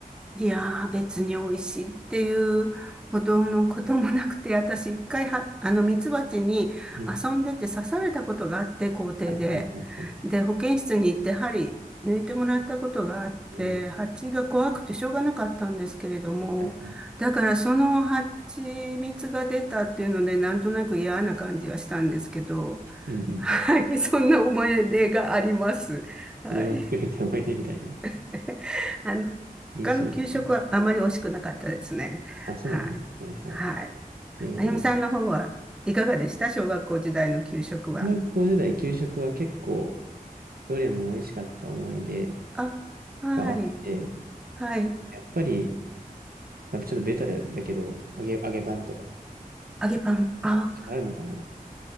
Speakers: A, in the centre; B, on the right.
A: いやー、別に美味しいっていうほどのこともなくて、私一回は、あの、ミツバチに遊んでて刺されたことがあって、
B: うん。
A: 校庭で。
B: はいはいはいはい。
A: で、保健室に行って針抜いてもらったことがあって、
B: ええ、
A: 蜂が怖くてしょうがなかったんですけれども、
B: はいはい。
A: だからその蜂蜜が出たっていうので、なんとなく嫌な感じはしたんですけど、
B: うんうん。
A: はい、そんな思い出があります。はい。
B: それも含めて思い出みたいな
A: <laughs> あの、
B: 印象でね。
A: 他の給食はあまり美味しくなかったですね。
B: あ、そうなんだ。
A: はい。
B: はいはい。
A: はい。
B: ええ、
A: あやみさんの方はいかがでした小学校時代の給食は。
B: 小学校時代給食は結構どれも美味しかった思い出
A: あ、はい。
B: があって、
A: はい。
B: やっぱり、まあちょっとベタだだけど、揚げ、揚げパンとか、
A: 揚げパン。あ、
B: あるのかな